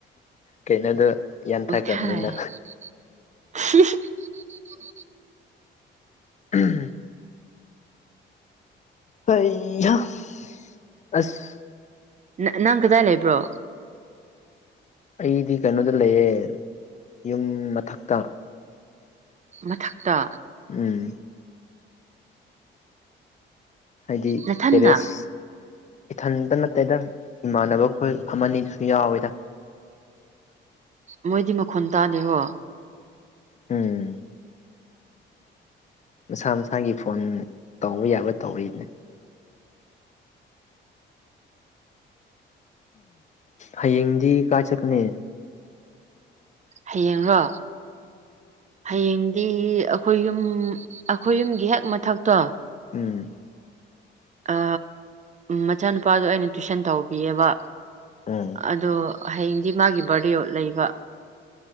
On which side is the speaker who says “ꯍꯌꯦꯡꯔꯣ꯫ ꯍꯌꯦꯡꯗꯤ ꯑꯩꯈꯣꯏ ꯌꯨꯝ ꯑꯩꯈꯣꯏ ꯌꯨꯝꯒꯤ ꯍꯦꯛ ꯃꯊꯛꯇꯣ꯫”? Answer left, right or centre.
Right